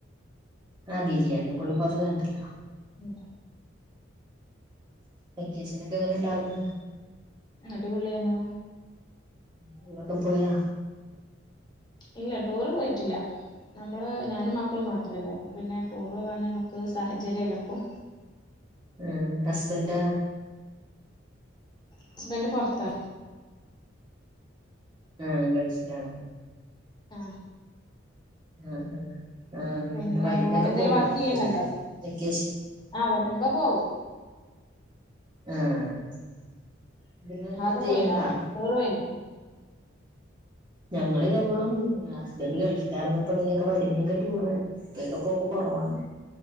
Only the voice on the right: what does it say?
ആ ബിരിയാണി ഒക്കെ ള്ളപ്പൊ അത്‌ വേണ്ടല്ലോ
വെക്കേഷനൊക്കെ എങ്ങനെണ്ടാർന്ന്
ടൂറൊക്കെ പോയാ
ഉം ഹസ്ബൻഡാ
ആ ഗൾഫിലാണല്ലോ
ആ ആ ആ അങ്ങനെ
വരുമ്പയൊക്കെ
പോവയിരിക്കുവല്ലേ
വെക്കേഷൻ
ആ <unintelligible>
ചെയ്യണ്ടോ
ഞങ്ങളിതേപോണം ഹസ്ബൻന്റ് ഗൾഫിലായിരുന്നപ്പോ ഇങ്ങനെയൊക്കെ വരുമ്മേക്കെ ടൂർ പോകും <unintelligible> പോകും കൊറവാണ്